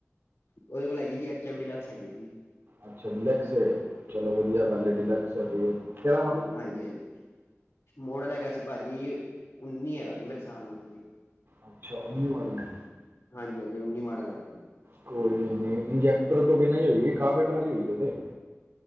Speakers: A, on the left; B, on the right.
A: ਉਹਦੇ ਕੋਲ ਹੈਗੀ ਜੀ ਐਚ ਐਮ ਡੀ ਲਕਸ ਹੈਗੀ ਹੈ ਵੀ।
B: ਅੱਛਾ ਡਿਲੈਕਸ ਹੈ। ਚਲੋ ਵਧੀਆ
A: ਹਾਂਜੀ
B: ਗੱਲ
A: ਹਾਂਜੀ
B: ਡਿਲੈਕਸ ਚਲ ਰਹੀ ਹੈ। ਕਿਹੜਾ ਮਾਡਲ।
A: ਹਾਂਜੀ ਹਾਂਜੀ ਮੋਡਲ ਹੈਗਾ ਸੀ ਭਾਜੀ ਉਨੀ ਹੈਗਾ ਸੀ ਮੇਰੇ ਹਿਸਾਬ ਨਾਲ।
B: ਅੱਛਾ ਉਨੀ ਮਾਡਲ ਹੈ।
A: ਹਾਂਜੀ ਹਾਂਜੀ ਉੱਨੀ ਮਾਡਲ ਹੈਗਾ ਜੀ।
B: ਕੋਈ ਨੀ ਇੰਜੈਕਟਰ ਤੋਂ ਬਿਨਾ ਹੀ ਹੋਏਗੀ ਕਾਵੇਟਰ ਵਾਲੀ ਹੋਏਗੀ। ਉਹ ਤੇ।